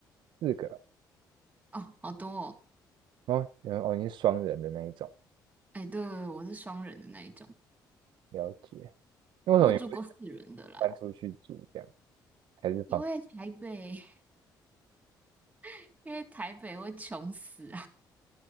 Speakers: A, on the right; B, on the right.
A: 四个
B: 哦，好多哦。
A: 哦，然后哦，你是双人的那一种，
B: 哎，对，我是双人的那一种，
A: 了解。那为什么你不
B: 我有住过四人的啦，
A: 搬出去住这样？还是房
B: 因为台北，<laughs> 因为台北会穷死。